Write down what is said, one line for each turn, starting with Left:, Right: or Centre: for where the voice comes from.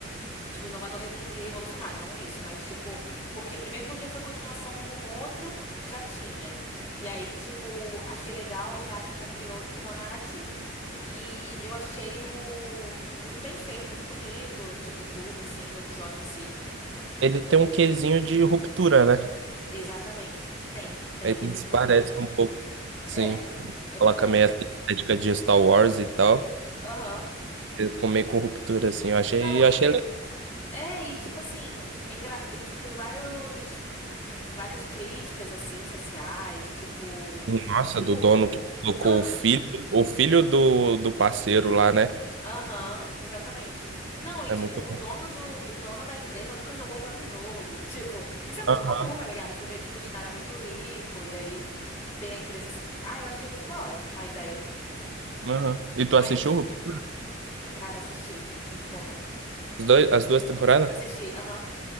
Left: tipo, inovador revolu- e revolucionário, não isso, mas, tipo, porque, primeiro porque foi continuação de um outro que já tinha. E aí, tipo, achei legal já que já criou, tipo, uma narrativa. E eu achei o muito bem feito, muito bonito, tipo, tudo, assim, o episódio em si.
Right: Ele tem um quesinho de ruptura, né?
Left: Exatamente. Tem. Tem
Right: Eles
Left: o quesinho de
Right: parecem
Left: ruptura.
Right: um pouco, sim,
Left: É, é
Right: coloca
Left: verdade.
Right: meio essa estética de Star Wars e tal.
Left: Aham.
Right: Eu comer com ruptura, assim, eu achei,
Left: Não,
Right: eu
Left: e
Right: achei legal.
Left: é, e tipo assim, é engra... e, tipo, tem vários várias críticas assim sociais, tipo,
Right: Nossa,
Left: tipo,
Right: do dono que colocou
Left: ah,
Right: o filho, o filho do, do parceiro lá, né?
Left: aham, exatamente. Não, e
Right: É
Left: tipo,
Right: muito
Left: o
Right: bom.
Left: dono do o dono da empresa nunca jogou o próprio jogo. Tipo, isso é muito
Right: Aham,
Left: comum, tá ligado? Você vê tipo os caras muito rico e aí que tem a empresa assim. E, ah, eu achei muito da hora a ideia.
Right: aham. E tu
Left: Mas,
Right: assistiu Ruptura?
Left: cara, assisti. Muito bom, né?
Right: Os dois, as duas temporadas?
Left: Assisti, aham.